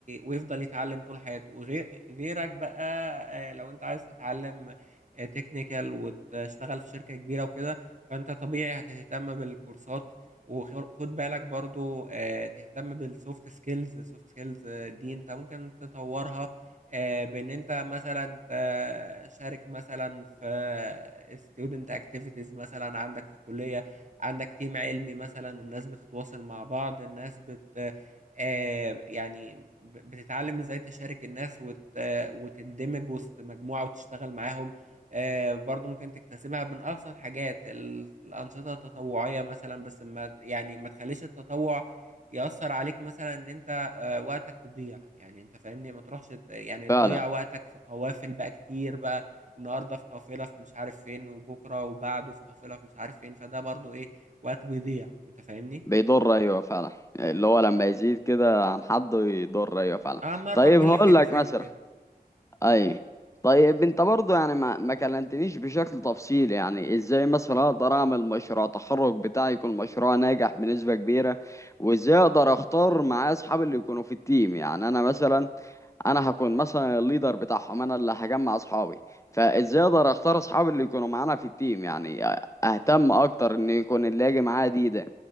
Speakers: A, on the right; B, on the left.
A: ويفضل يتعلم طول حياته وغير غيرك بقى آه، لو انت عايز تتعلم تكنيكال وتشتغل في شركة كبيرة وكده فانت طبيعي هتهتم بالكورسات وخد بالك برضو آه، تهتم بالسوفت سكيلز السوفت سكيلز دي انت ممكن تطورها آه، بان انت مثلا تشارك مثلا في student activities مثلا عندك في الكلية عندك تيم علمي مثلا الناس بتتواصل مع بعض الناس بت آه، يعني ب- بتتعلم ازاي تشارك الناس وت آه، وتندمج وسط مجموعة وتشتغل معاهم آه، برضو ممكن تكتسبها من أبسط حاجات ال- الأنشطة التطوعية مثلا بس ما يعني ما تخليش التطوع يأثر عليك مثلا إن أنت وقتك يضيع يعني انت فاهمني ما تروحش ت- يعني
B: فعلا
A: تضيع وقتك في قوافل بقى كتير بقى النهارده في قافله في مش عارف فين وبكره وبعده في قافله في مش عارف فين فده برضو ايه وقت بيضيع انت فاهمني
B: بيضر ايوه فعلا اللي هو لما يزيد كده عن حده يضر ايوه فعلا
A: اه مره
B: طيب
A: كل
B: هقول
A: فين
B: لك
A: وفين
B: مثلا
A: كده
B: اي طيب انت برضه يعني ما ما كلمتنيش بشكل تفصيلي يعني ازاي مثلا اقدر اعمل مشروع تخرج بتاعي يكون مشروع ناجح بنسبة كبيرة وازاي اقدر اختار معايا اصحابي اللي يكونوا في التيم يعني انا مثلا انا هكون مثلا الليدر بتاعهم انا اللي هجمع اصحابي فازاي اقدر اختار اصحابي اللي يكونوا معانا في التيم يعني اهتم اكتر ان يكون اللي هاجي معايا دي